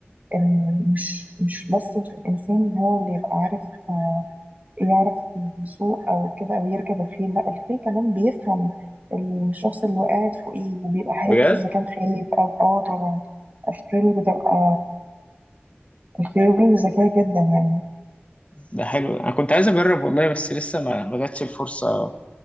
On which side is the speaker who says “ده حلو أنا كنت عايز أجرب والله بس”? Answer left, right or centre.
Left